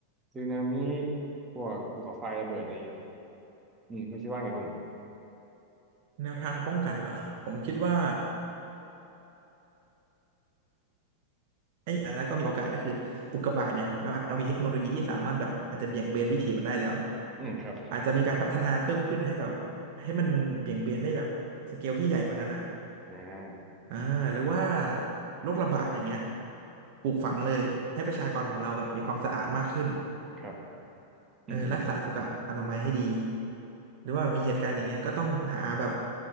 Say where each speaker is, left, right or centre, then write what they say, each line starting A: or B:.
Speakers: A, on the right (about 20°); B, on the right (about 45°).
A: สึนามิพวกภูเขาไฟระเบิดอะไรเงี้ยอืมคุณคิดว่าไงบ้าง
B: แนวทางป้องกันเหรอผมคิดว่า ไอ้อ่ะแล้วก็มีโอกาสก็คืออุกกาบาตเนี่ยเราเรามีเทคโนโลยีที่สามารถแบบอาจจะเบี่ยงเบนวิถีมันได้แล้ว
A: อืมครับ
B: อาจจะมีการพัฒนาเพิ่มขึ้นให้แบบให้มันเบี่ยงเบนได้แบบสเกลที่ใหญ่กว่านั้นนะ
A: อ่า
B: อ่าหรือว่าโรคระบาดอย่างเงี้ยปลูกฝังเลยให้ประชากรของเราแบบมีความสะอาดมากขึ้น
A: ครับ
B: เออรักษาสุขอนามัยให้ดี
A: อืมอืม
B: หรือว่ามีเหตุการณ์อย่างเงี้ยก็ต้องหาแบบ